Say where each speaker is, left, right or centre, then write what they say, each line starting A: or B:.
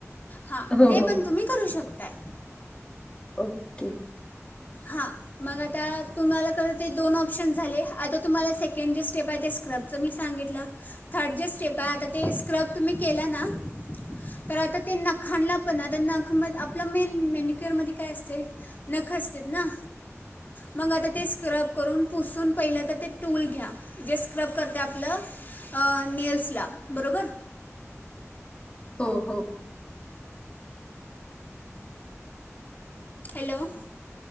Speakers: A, on the left; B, on the left.
A: हा
B: हो
A: ते
B: हो
A: पण तुम्ही करू शकताय.
B: ओके!
A: हा. मग आता तुम्हाला खरं ते दोन ऑप्शन झाले. आता तुम्हाला सेकंड जे स्टेप आहे ते स्क्रब? मी सांगितलं थर्ड जे स्टेप आहे आता ते स्क्रब तुम्ही केला ना? तर आता ते नखा आणलं पण आता नख आपलं मेन मेन्यक्युअर मध्ये काय असते? नख असते ना. मग आता ते स्क्रब करून पुसून पहिलं तर ते टूल घ्या. जे स्क्रब करते आपलं अ नेल्सला बरोबर.
B: हो हो!
A: हॅलो!